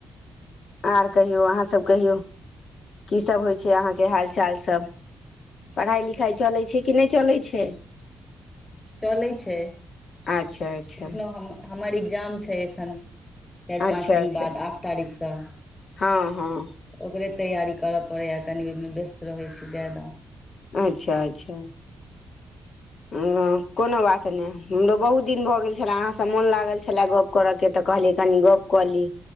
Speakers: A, on the left (about 50°); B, on the left (about 20°).
A: आर कहियौ अहाँ सब कहियौ की सब होइ छै अहाँके हाल चाल सब पढ़ाइ लिखाइ चलै छै कि नहि चलै छै
B: चलै छै
A: अच्छा अच्छा
B: एखनो हम हमर एग्जाम छै एखन चारि
A: अच्छा
B: पाँच दिन
A: अच्छा
B: बाद आठ तारीख सँ
A: हँ हँ
B: ओकरे तैयारी करऽ पड़ैय कनी ओहिमे व्यस्त रहै छी ज्यादा
A: अच्छा अच्छा हँ कोनो बात नहि हमरो बहुत दिन भऽ गेल छलै अहाँ सम मोन लागल छले गप्प करय के तऽ कहली कनि गप्प कऽ ली